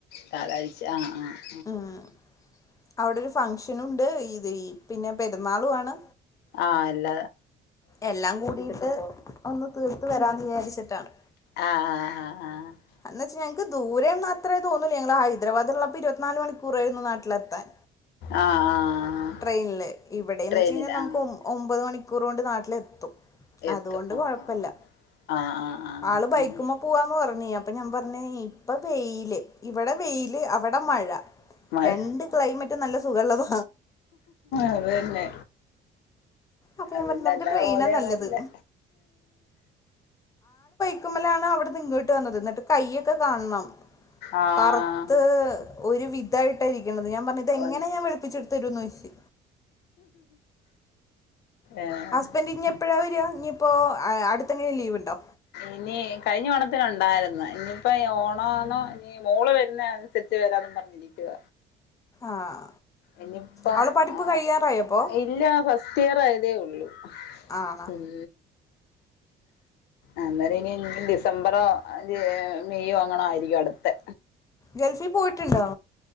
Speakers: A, on the left (about 80°); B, on the left (about 20°).
A: ഞാറാഴ്ച്ച. ആഹ്. ആ
B: ഉം അവിടെ ഒരു ഫംഗഷനുണ്ട്. ഇത് ഈ പിന്നെ പെരുന്നാളു ആണ്.
A: ആ എല്ല
B: എല്ലാം കൂടിട്ട് ഒന്ന് തീർത്ത് വരാന്ന് വിചാരിച്ചിട്ടാണ്.
A: ആഹ്. ആഹ്. ആഹ്. ആഹ്
B: എന്ന്ച്ചാ ഞങ്ങക്ക് ദൂരേന്നും അത്രേ തോന്നൂല്ല. ഞങ്ങള് ഹൈദരാബാദു ഇള്ളപ്പൊ ഇരുപത്ത്നാല് മണിക്കൂറാ യിരുന്നു നാട്ടിലെത്താൻ.
A: ആഹ് ആഹ് ആഹ്
B: ട്രെയിൻല് ഇവിടേന്ന്
A: ട്രെയിനിൽ
B: വച്ച് കഴിഞ്ഞാ നമുക്കൊ
A: ആഹ്
B: ഒമ്പത് മണിക്കൂറോണ്ട് നാട്ടിലെത്തും.
A: എത്തും
B: അതു കൊണ്ട് കൊഴപ്പല്ല.
A: ആഹ് ആഹ് ആഹ് ആഹ് ആഹ്
B: ആള് ബൈക്ക്മ്മ
A: ആഹ്
B: പൂവാന്ന് പറഞ്ഞ്. അപ്പൊ ഞാൻ പറഞ്ഞ് ഇപ്പ വെയില് ഇവിടെ വെയില്. അവിടെ മഴ.
A: മഴ
B: രണ്ട് ക്ലൈമറ്റും നല്ല സുഖള്ളത
A: അതെന്നെ.
B: അപ്പൊ
A: അതുകൊണ്ട്അല്ലാതെ
B: ഞാൻ പറഞ്ഞു നമുക്ക് ട്രെയിനാ
A: പോന്നെയാ
B: നല്ലത്
A: നല്ലെ
B: ക്കുമ്മലാണ് അവിട്ന്ന് ഇങ്ങോട്ട് വന്നത്. എന്നിട്ട് കയ്യൊക്കെ കാണണം.
A: ആഹ്
B: കറുത്ത് ഒരു വിധായിട്ട ഇരിക്ക്ണത്. ഞാൻ പറഞ്ഞ് ഇതെങ്ങനെ
A: വന്ന്
B: ഞാൻ വെ ളുപ്പിച്ച് ഇടുത്തെരും ന്ന് ചോയ്ച്ച്.
A: ഏഹ്
B: ഹസ്ബൻഡറ് ഇനി എപ്പഴാ വര. ഇനിയിപ്പോ അടുത്തെ എങ്ങനും ലീവ് ഇണ്ടോ?
A: ഇനി കഴിഞ്ഞ ഓണത്തിന് ഒണ്ടായിരുന്നു ഇനിയിപ്പോ ഓണൊന്നൊ മോള് വരുന്നെ അനുസരിച്ച് വരാന്നും പറഞ്ഞിരിക്കുവ.
B: ആഹ്.
A: ഇനിപ്പ
B: അവളെ പഠിപ്പ്
A: ആഹ്.
B: കഴിയാറായപ്പോ
A: ഇല്ല. ഫസ്റ്റ് ഇയർ ആയതേ ഒള്ളു.
B: ആണോ
A: ഉം ഇന്നാല് ഇനി ഡിസംബറോ മെയോ അങ്ങണോ ആയിരിക്കും അടുത്തെ
B: ഗൾഫി പോയിട്ടുണ്ടോ?